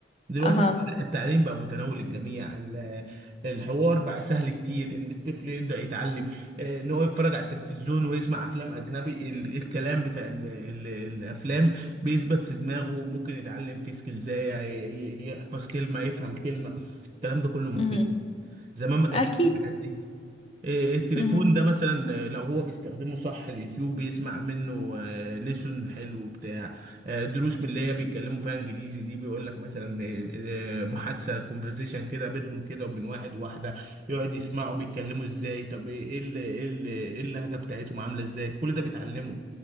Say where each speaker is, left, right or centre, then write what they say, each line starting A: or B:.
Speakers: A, on the right; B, on the left.
A: دلوقتي
B: اها
A: التعليم بقى متناول الجميع ال- الحوار بقى سهل كتير ان الطفل يبدأ يتعلم آه، ان هو يتفرج على التلفزيون ويسمع افلام اجنبي ال- الكلام بتاع ال ال الافلام بيثبت في دماغه ممكن يتعلم فيه سكيلزاية ي- ي- يحفظ كلمة يفهم كلمة الكلام ده كله مفيد
B: مهم.
A: زمان ما كانش
B: اكيد
A: فيه الحاجات دي إيه، التليفون
B: مهم.
A: ده مثلا آه، لو هو بيستخدمه صح اليوتيوب بيسمع منه آه، ليسون حلو بتاع آه، دروس من اللي هي بيتكلموا فيها انجليزي دي بيقول لك مثلا آه، آه، محادثه كونفرزيشن كده بينهم كده وبين واحد واحده يقعد يسمعوا بيتكلموا ازاي طب ايه إيه ال- إيه ال- إيه اللهجه بتاعتهم عامله ازاي كل ده بيتعلمه